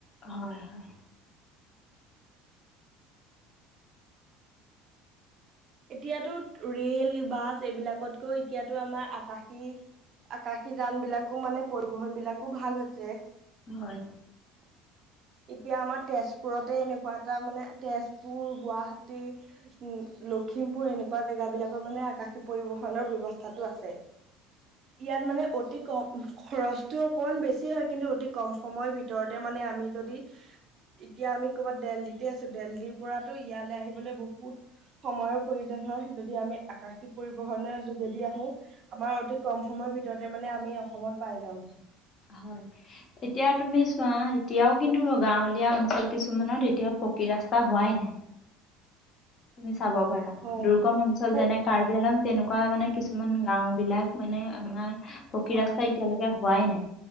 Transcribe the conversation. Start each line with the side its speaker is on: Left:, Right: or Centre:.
Left: হয়, হয়।
Right: এতিয়াতো ৰেল বাছ এইবিলাকতকৈও এতিয়াতো আমাৰ আকাশী আকাশী যান বিলাকো মানে পৰিবহন বিলাকো ভাল হৈছে।
Left: হয়।
Right: <inaudible> এতিয়া আমাৰ তেজপুৰতে এনেকুৱা এটা মানে তেজপুৰ গুৱাহাটী উ লক লক্ষ্মীমপুৰ এনেকুৱা জেগাবিলাকত মানে আকাশী পৰিবহনৰ ব্যৱস্থাটো আছে। ইয়াত মানে অতি কম খৰচটো অকমান বেছি হয় কিন্তু অতি কম সময়ৰ ভিতৰতে মানে <unintelligible> আমি যদি এতিয়া আমি কবাত দেল্লিতে আছো দেল্লিৰ পৰাতো ইয়ালৈ আহিবলৈ বহুত সময়ৰ প্ৰয়োজন হয় যদি আমি আকাশী পৰিবহনেৰ যোগেদি আহো আমাৰ অতি কম সময়ৰ ভিত <unintelligible> মানে আমি অসমত পাই যাওঁ হি।
Left: হয়। এতিয়া তুমি চোৱা এতিয়াও কিন্তু গাঁৱলীয়া অঞ্চল কিছুমানত এতিয়াও পকি ৰাস্তা হোৱাই নাই। তুমি চাব পাৰা
Right: হয়
Left: দুৰ্গম অঞ্চল
Right: প
Left: যেনে, কাৰ্বি আলং তেনেকুৱা মানে কিছুমান গাঁও বিলাক মানে আমাৰ পকী
Right: হয়
Left: ৰাস্তা
Right: হয়
Left: এতিয়ালৈকে হোৱাই নাই।